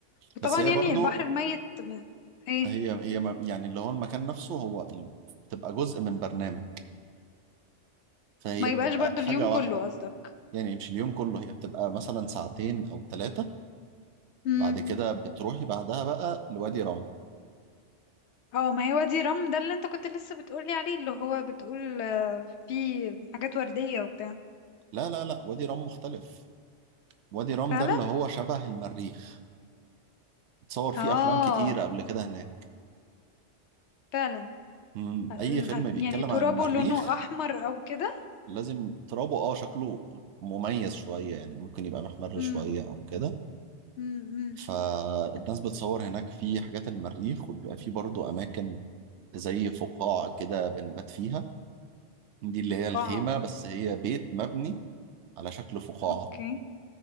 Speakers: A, on the left (about 70°); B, on the right (about 75°).
A: وطبعا
B: بس هي
A: يعني
B: برضو
A: البحر الميت ما... ايه
B: هي هي م- يعني اللي هو المكان نفسه هو ال- بتبقى جزء من برنامج فهي
A: ما
B: بتبقى
A: يبقاش برضو
B: حاجة
A: اليوم كله
B: واحدة
A: قصدك
B: يعني مش اليوم كله هي بتبقى مثلا ساعتين أو ثلاثة
A: امم
B: بعد كده بتروحي بعدها بقى لوادي رم
A: اه ما هي وادي رم ده اللي انت كنت لسه بتقولي عليه اللي هو بتقول آه، فيه حاجات وردية وبتاع
B: لا لا لا وادي رم مختلف وادي رام
A: فعلا
B: ده اللي هو شبه المريخ اتصور فيه
A: اه
B: افلام كتير قبل كده هناك
A: فعلا
B: مم.
A: ه-
B: اي فيلم بيتكلم
A: يعني ترابه
B: عن المريخ
A: لونه احمر او كده
B: لازم ترابه اه شكله مميز شوية يعني ممكن يبقى محمر
A: امم
B: شوية او كده
A: امم
B: فالناس بتصور هناك في حاجات المريخ وبيبقى فيه برضو اماكن زي فقاعة كده بنبات فيها دي اللي
A: فقاعة
B: هي الخيمة بس هي بيت مبني على شكل فقاعة
A: اوكي